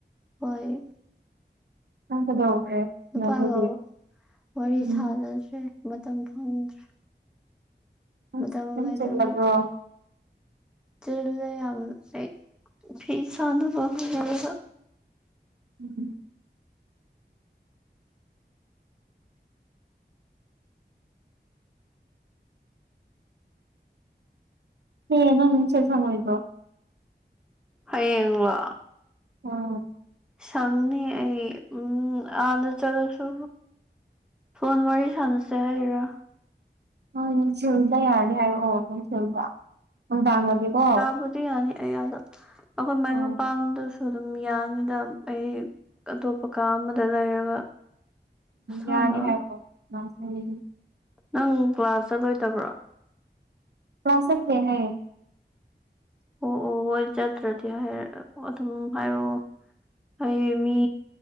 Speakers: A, in the centre; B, on the right.
A: ꯍꯣꯏ
B: ꯅꯪ ꯀꯩꯗꯧꯈ꯭ꯔꯦ ꯁꯤꯟꯅꯗ꯭ꯔꯗꯤ
A: ꯅꯨꯄꯥꯗꯣ ꯋꯥꯔꯤ
B: ꯎꯝ
A: ꯁꯥꯟꯅꯗ꯭ꯔꯦ ꯃꯇꯝ ꯐꯪꯗ꯭ꯔꯦ
B: ꯅꯪ
A: ꯃꯇꯝ
B: ꯅꯪ
A: ꯂꯩꯇꯕ
B: ꯆꯤꯜꯂꯕ꯭ꯔꯣ
A: ꯆꯤꯜꯂꯦ ꯌꯥꯝꯅ ꯑꯩ ꯐꯤ ꯁꯥꯟꯅꯕ ꯍꯣꯠꯅꯕꯗ
B: ꯎꯝ ꯃꯤꯅ ꯑꯗꯨꯝ ꯁꯠ <unintelligible>
A: ꯍꯌꯦꯡꯂꯣ
B: ꯑ
A: ꯐꯪꯅꯤ ꯑꯩ ꯎꯝ ꯑꯥꯗ ꯆꯠꯂꯁꯨ ꯐꯣꯟ ꯋꯥꯔꯤ ꯁꯥꯟꯅꯁꯦ ꯍꯥꯢꯔꯥ
B: ꯍꯣꯏ ꯅꯨꯡꯊꯤꯜꯗ ꯌꯥꯔꯗꯤ ꯍꯥꯏꯔꯛꯑꯣ ꯅꯨꯡꯊꯤꯜꯗ ꯅꯨꯡꯗꯥꯡꯗꯗꯤꯀꯣ
A: ꯕꯨꯗꯤ ꯌꯥꯅꯤ ꯑꯩ ꯑꯥꯗ ꯑꯈꯣꯢ ꯃꯥꯢ
B: ꯎꯝ
A: ꯃꯄꯥꯝꯗꯣꯁ ꯑꯗꯨꯝ ꯌꯥꯅꯤꯗ ꯑꯩ ꯑꯇꯣꯞꯄ ꯀꯥ ꯑꯃꯗ ꯂꯩꯔꯒ ꯁꯥꯟꯅꯔꯣꯏ
B: ꯌꯥꯅꯤ ꯍꯥꯏꯔꯛꯑꯣ <unintelligible>
A: ꯅꯪ ꯀ꯭ꯂꯥꯁ ꯆꯠꯂꯣꯢꯗꯕ꯭ꯔꯣ
B: ꯀ꯭ꯂꯥꯁ ꯆꯠꯇꯦ ꯑꯩ
A: ꯑꯣ ꯑꯣ ꯍꯣꯏ ꯆꯠꯇ꯭ꯔꯗꯤ ꯍꯥꯏ ꯑꯗꯨꯝ ꯍꯥꯏꯔꯛꯑꯣ ꯑꯩ ꯃꯤ